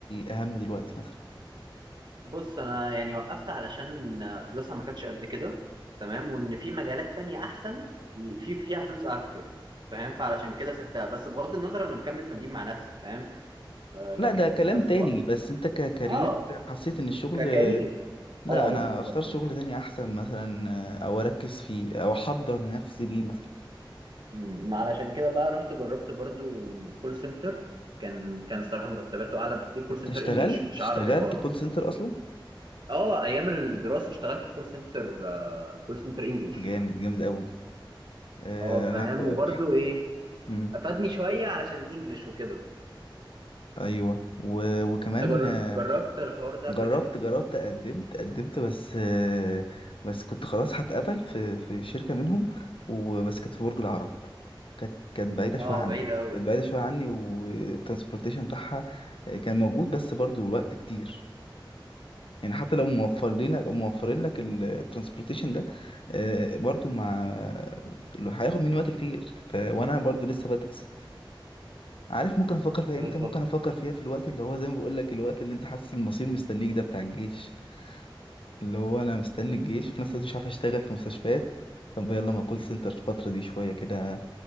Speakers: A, on the left (about 85°); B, on the right (about 60°).
A: اهم دلوقتي مثلا
B: بص انا يعني وقفت علشان فلوسها ما كانتش قد كده تمام وان في مجالات تانية احسن في فيها فلوس اكتر فاهم فعلشان كده سبتها بس بغض النظر انا مكمل تمرين مع نفسي فاهم آه لكن
A: لا ده كلام
B: بس
A: تاني
B: وق...
A: بس انت ككارير
B: اه
A: حسيت ان الشغل
B: ككارير
A: لا
B: اه
A: انا
B: بالظبط
A: اختار شغل تاني احسن مثلا آه، او اركز فيه او احضر نفسي ليه مثلا
B: أمم، علشان كده بقى رحت جربت برضو كول سنتر كان كان الصراحة مرتباته اعلى بكتير كول
A: انت
B: سنتر
A: اشتغلت
B: انجلش مش
A: اشتغلت
B: عربي خالص
A: كول سنتر اصلا
B: اه ايام الدراسة اشتغلت كول سنتر آه كول سنتر انجلش
A: جامد جامد قوي آه،
B: اه فاهم
A: انا كو-
B: وبرضو ايه
A: مم،
B: افادني شويه علشان الانجليش وكده
A: ايوه و... وكمان
B: انت جر...
A: آه،
B: جربت الحوار ده
A: جربت
B: قبل كده
A: جربت قدمت قدمت بس آه، بس كنت خلاص هتقبل في في شركة منهم وبس كانت في برج العرب كانت كانت بعيدة شوية
B: اه
A: عني
B: بعيدة قوي
A: كانت بعيدة شوية عني والترانسبورتيشن بتاعها آه، كان موجود بس برضو وقت كتير يعني حتى لو موفر لنا موفرين لك الترانسبورتيشن ده آه، برضو مع لو هياخد مني وقت كتير ف... وانا برضو لسه بدرس عارف ممكن افكر فيها
B: بالظبط
A: امتى ممكن افكر فيها في الوقت اللي هو زي ما بقول لك الوقت اللي انت حاسس المصير مستنيك ده بتاع الجيش اللي هو انا مستني الجيش وفي نفس الوقت مش عارف اشتغل في مستشفيات طب يلا ما كول سنتر الفترة دي شوية كده